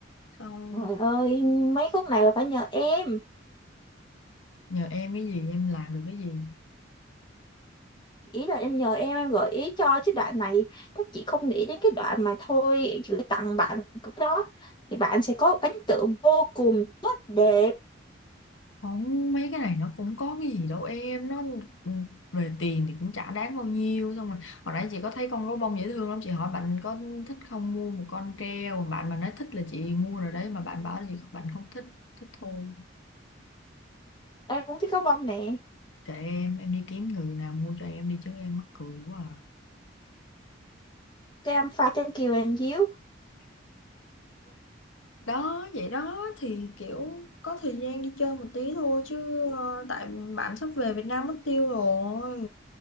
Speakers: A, on the left; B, on the left.
A: xong
B: trời ơi, mấy khúc này là phải nhờ em.
A: nhờ em cái gì em làm được cái gì
B: Ý là em nhờ em, em gợi ý cho chứ đoạn này các chị không nghĩ đến cái đoạn mà thôi gửi tặng bạn cũng đó. Thì bạn sẽ có ấn tượng vô cùng tốt đẹp.
A: không mấy cái này nó cũng có cái gì đâu em nó ừ, về tiền thì cũng chả đáng bao nhiêu xong rồi hồi nãy chị có thấy con gấu bông dễ thương lắm chị hỏi bạn có thích không mua một con treo bạn mà nói thích là chị mua rồi đấy mà bạn bảo là chị bạn không thích thích thôi
B: Em cũng thích gấu bông nè.
A: kệ em em đi kiếm người nào mua cho em đi chứ em mắc cười quá à.
B: Cái em pha trên kiều anh díu.
A: đó vậy đó thì kiểu có thời gian đi chơi một tí thôi chứ ờ, tại bạn sắp về Việt Nam mất tiêu rồi